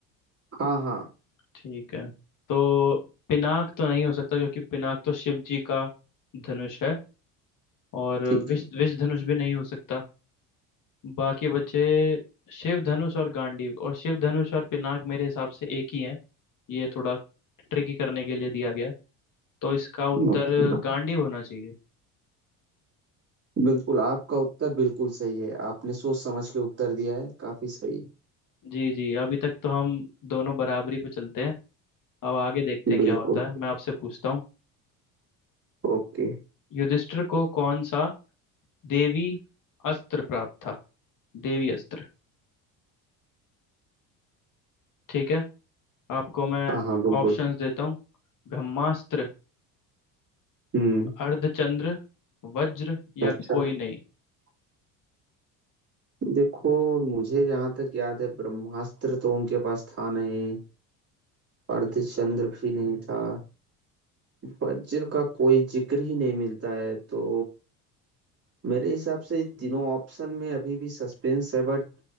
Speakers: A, on the right; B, on the left.
A: हाँ हाँ
B: ठीक है तो पिनाक तो नहीं हो सकता क्योंकि पिनाक तो शिव जी का धनुष है और
A: ठीक
B: विष
A: है
B: विष धनुष भी नहीं हो सकता बाकी बचे शिव धनुष और गांडीव और शिव धनुष और पिनाक मेरे हिसाब से एक ही है ये थोड़ा ट्रिकी करने के लिए दिया गया है। तो इसका उत्तर
A: ओके।
B: गांडीव होना चाहिए
A: बिल्कुल आपका उत्तर बिल्कुल सही है आपने सोच समझ के उत्तर दिया है काफी सही
B: जी जी अभी तक तो हम दोनों बराबरी पे चलते हैं अब आगे देखते हैं
A: बिल्कुल
B: क्या होता है मैं आपसे पूछता हूँ
A: ओके
B: युधिष्ठिर को कौन सा देवी अस्त्र प्राप्त था देवी अस्त्र ठीक है आपको मैं
A: हाँ हाँ बिल्कुल
B: ऑप्शंस देता हूँ ब्रह्मास्त्र
A: हम्म
B: अर्धचंद्र वज्र या
A: अच्छा
B: कोई नहीं
A: देखो मुझे जहां तक याद है ब्रह्मास्त्र तो उनके पास था नहीं अर्धचंद्र भी नहीं था वज्र का कोई जिक्र ही नहीं मिलता है तो मेरे हिसाब से इन तीनों ऑप्शन में अभी भी सस्पेंस है बट